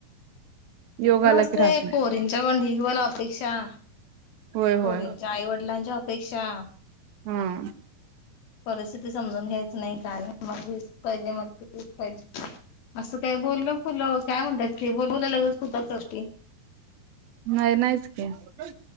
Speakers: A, on the left (about 80°); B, on the right (about 85°).
A: ते
B: योग
A: पण
B: आला
A: असते
B: की राहत नाही
A: पोरींच्या पणढवाला अपेक्षा
B: होय होय
A: होच्या आईवडिलांच्या अपेक्षा
B: हम्म
A: परिस्थिती समजून घ्यायच नाही का मग वीस पाहिजे मग तेच पाहिजे असं काय बोललं खुलं काय म्हणतात की बोवय लगेच खुती
B: नाही नाहीच का